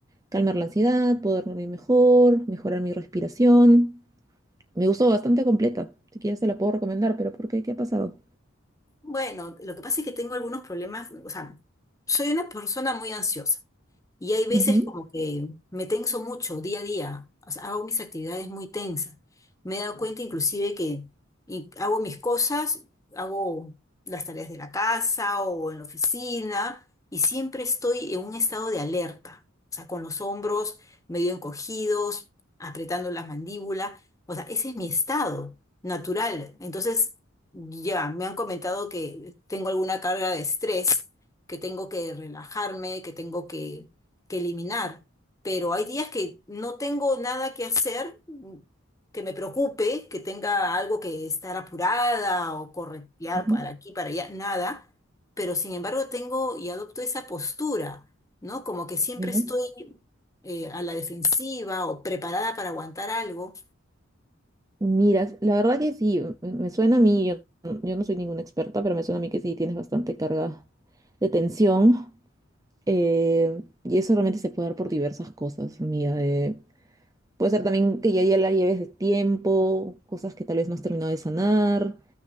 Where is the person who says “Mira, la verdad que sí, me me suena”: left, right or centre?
Right